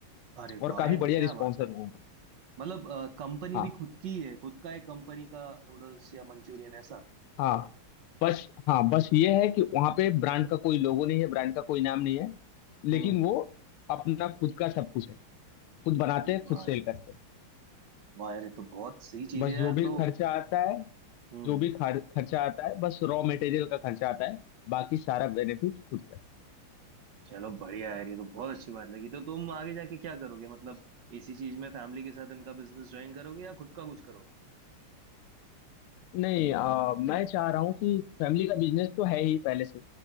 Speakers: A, on the right; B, on the left.
A: अरे
B: और
A: वाह
B: काफी
A: यार
B: बढ़िया
A: क्या
B: रिस्पॉन्स
A: बात कर
B: है लोगों
A: रहे
B: का
A: हो मतलब कंपनी
B: हाँ
A: भी खुद की है खुद का एक कंपनी का नूडल्स या मंचूरियन ऐसा
B: हाँ बस हाँ बस ये है कि वहाँ पे ब्रांड का कोई लोगो नहीं है ब्रांड का कोई नाम नहीं है लेकिन
A: हम्म
B: वो अपना खुद का सब कुछ है खुद बनाते
A: अरे
B: हैं खुद
A: वाह
B: सेल
A: यार
B: करते हैं
A: वाह यार ये तो बहुत सही चीज
B: बस
A: है यार
B: जो भी
A: तो
B: खर्चा आता है
A: हम्म
B: जो भी खर, खर्चा आता है बस रॉ मटेरियल का खर्चा आता है बाकी सारा बेनिफिट खुद का
A: चलो बढ़िया यार ये तो बहुत अच्छी बात लगी तो तुम आगे जाके क्या करोगे मतलब इसी चीज में फैमिली के साथ इनका बिजनेस ज्वाइन करोगे या खुद का कुछ करोगे
B: नहीं अ, मैं चाह रहा हूँ कि फैमिली का बिजनेस तो है ही पहले से